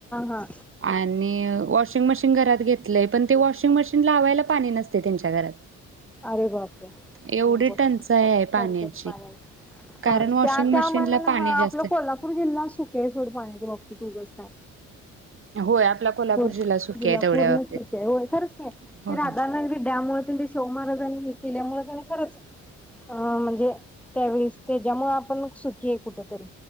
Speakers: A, in the centre; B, on the right.
A: हा
B: आणि वॉशिंग मशीन घरात घेत पण ते वॉशिंग मशिन लावायला पाणी नसते त्यांच्या घरात
A: अरे! बापरे!
B: एवढी
A: बघ
B: टंचाई आहे पाण्याची
A: टंचाई पाण्याच
B: कारण
A: पाणी
B: वॉशिंग
A: त्या त्या
B: मशीनला
A: मना
B: पाणी जास्त
A: आपलं कोल्हापूर जिल्हा सुखी हाय सोड पाण्याच बा त तू <unintelligible> काय
B: होय आपला कोल्हापूर
A: <inaudible>
B: जिल्हा सुखी
A: तर
B: आहे
A: ला
B: तेवढ्या
A: पूर्ण
B: बाबतीत
A: सुख आहे हो खरंच की
B: होय
A: राधानगरी डॅम व शाहू महाराजांनी हे केल्यामुळे त्याने खरंच अ म्हणजे त्यावेळेस त्याच्यामुळे आपण घे कुठेतरी?